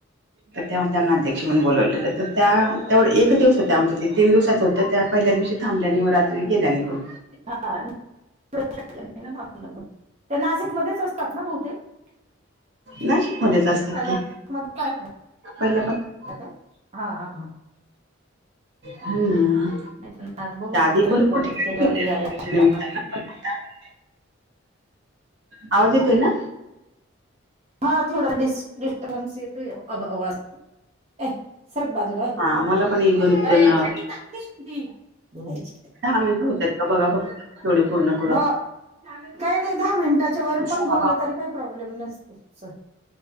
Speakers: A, on the right (about 60°); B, on the right (about 35°).
A: तर तेव्हा त्यांना अध्यक्ष म्हणून बोलवलेलं, तर त्या तेवढं एक दिवस होत्या. आमचं ते तीन दिवसाचं होतं त्या पहिल्या दिवशी थांबल्या नी म रात्री गेल्या निघून
B: <unintelligible> त्यांना शक्य नाई ना थांबणं पण, त्या नासिकमधेच असतात ना बहुतेक. <unintelligible>
A: नाशिकमध्येच असतात
B: <inaudible>
A: की
B: हा
A: पहिल्यापासून
B: हा हा.
A: हूंम्म्म.
B: नाई तर <unintelligible> त्यांच्याच
A: ती भरपूर
B: बघू. कर्मचाऱ्यावर
A: ठिकाणी फिरली
B: हे आहे आपलं काय
A: नोकरीच्या
B: म्हणतात.
A: निमित्तानं. <inaudible> आवाज
B: हं.
A: येतोय ना?
B: हा थोडा डिस्टरबन्स येतोय <unintelligible> अय, सरक बाजूला
A: हां, मला पण
B: व्हय
A: अ,
B: <unintelligible> <unintelligible> धुवायचीत.
A: दहा मिनटं होत्यात का बघा फक्त. तेवढे पुर्ण
B: हो!, काई नाई दहा मिनिटाच्या वर
A: साबा
B: पण बोललं तरी काय, प्रॉब्लेम नसतो